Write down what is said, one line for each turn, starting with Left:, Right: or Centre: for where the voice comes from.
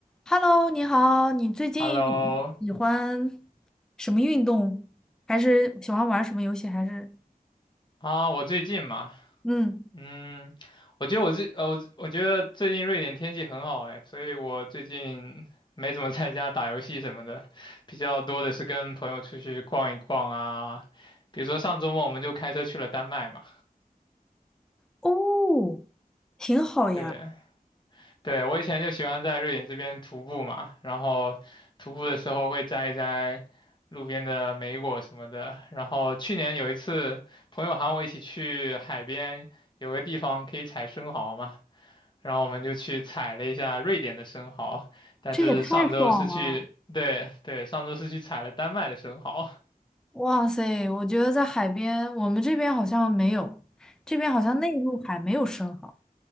Centre: Hello，你好，你最近喜欢
Left: Hello，
Centre: 什么运动？还是喜欢玩什么游戏？还是
Left: 啊，我最近嘛，
Centre: 嗯，
Left: 嗯，我觉得我最呃我我觉得最近瑞典天气很好哎，所以我最近没怎么在家打游戏什么的，比较多的是跟朋友出去逛一逛啊，比如说上周末我们就开车去了丹麦嘛，
Centre: 哦，挺好呀，
Left: 对，对，我以前就喜欢在瑞典这边徒步嘛，然后徒步的时候会摘一摘路边的莓果什么的。然后去年有一次，朋友喊我一起去海边，有个地方可以采生蚝嘛，然后我们就去采了一下瑞典的生蚝。但是上周是去，
Centre: 这也太爽了！
Left: 对对，上周是去采了丹麦的生蚝，
Centre: 哇塞，我觉得在海边，我们这边好像没有，这边好像内陆海没有生蚝。